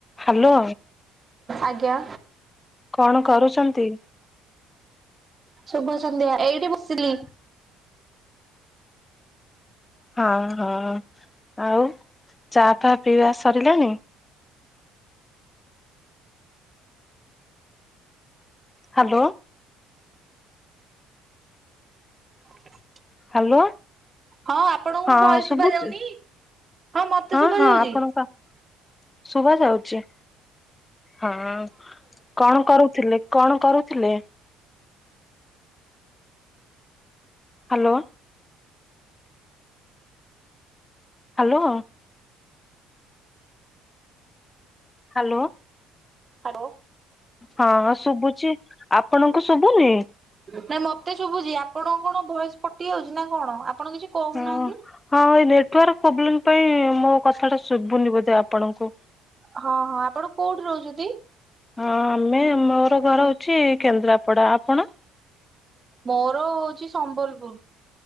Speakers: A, on the left; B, on the right.
A: ହ୍ୟାଲୋ।
B: ଆଜ୍ଞା।
A: କଣ କରୁଛନ୍ତି?
B: ଶୁଭ ସନ୍ଧ୍ୟା। ଏଇଠି ବସିଲି।
A: ହଁ ହଁ ଆଉ ଚା ଫ ପିଇବା ସରିଲାଣି? ହ୍ୟାଲୋ।
B: <inaudible>
A: ହ୍ୟାଲୋ,
B: ହଁ ଆପଣଙ୍କୁ ମୋ
A: ହଁ
B: ଭଏସ
A: ଶୁଭୁଚି?
B: ଶୁଭା ଯାଉନି ମତେ
A: ହଁ
B: ଶୁଭା
A: ହଁ
B: ଯାଉଛି।
A: ଆପଣଙ୍କ ଶୁଭାଯାଉଚି? ହଁ କଣ କରୁଥିଲେ କଣ କରୁଥିଲେ? ହାଲୋ? ହାଲୋ। Hello
B: hello.
A: ହଁ ହଁ ଶୁଭୁଛି, ଆପଣଙ୍କୁ ଶୁଭୁନି?
B: ନାଇଁ ମତେ ଶୁଭୁଚି, ଆପଣଙ୍କୁ କଣ ଭଏସ୍ କଟି ଯାଉଛି ନା କଣ ଆପଣ କିଛି କହୁନାହାନ୍ତି?
A: ହଁ ହଁ ଏଇ ନେଟୱାର୍କ ପ୍ରୋବ୍ଲେମ ପାଇଁ ମୋ କଥାଟା ଶୁଭୁନି ବୋଧେ ଆପଣଙ୍କୁ।
B: ହଁ ହଁ ଆପଣ କୋଉଠି ରହୁଛନ୍ତି?
A: ହଁ ଆମେ ମୋର ଘର ହଉଛି କେନ୍ଦ୍ରାପଡା, ଆପଣ?
B: ମୋର ହଉଛି ସମ୍ବଲପୁର।